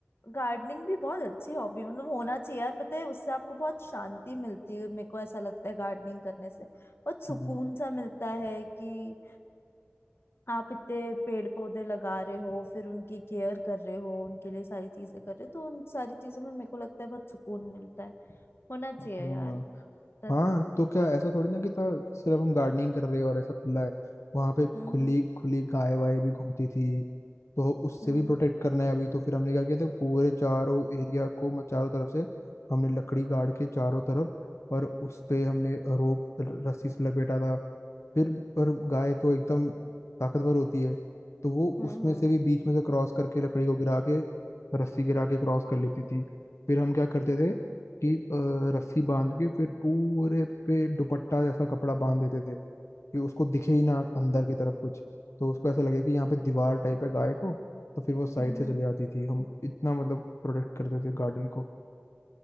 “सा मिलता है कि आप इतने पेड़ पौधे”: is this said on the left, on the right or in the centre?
Left